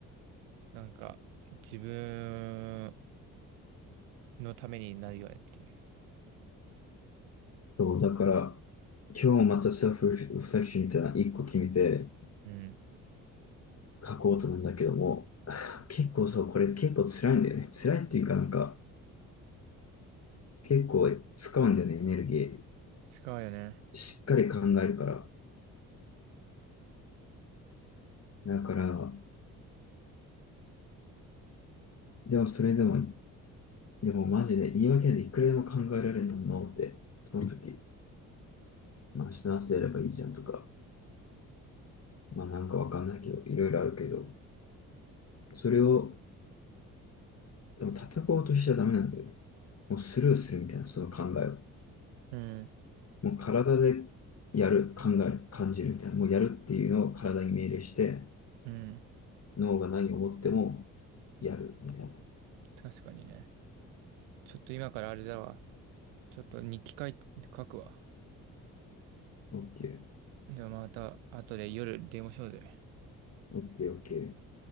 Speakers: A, on the right; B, on the left.
A: なんか自分のためになるよねっていう。
B: そう、だから、今日またセルフリフレクションみたいな一個決めて
A: うん。
B: 書こうと思うんだけども、結構そう、これ結構辛いんだよね。辛いっていうかなんか、結構使うんだよね、エネルギー。
A: 使うよね。
B: しっかり考えるから。だから、でもそれでも、でもマジで言い訳でいくらでも考えられるのって、その時、まあ明日の朝やればいいじゃんとか、まあなんかわかんないけど、いろいろあるけど、それをでも叩こうとしちゃダメなんだよね。もうスルーするみたいな、その考えを。
A: うん。
B: もう体でやる、考える、感じるみたいな。もうやるっていうのを体に命令して、
A: うん。
B: 脳が何を思ってもやるみたいな。
A: 確かにね。ちょっと今からあれだわ。ちょっと日記書い書くわ。
B: OK。
A: じゃあまた後で夜電話しようぜ。
B: OK、OK。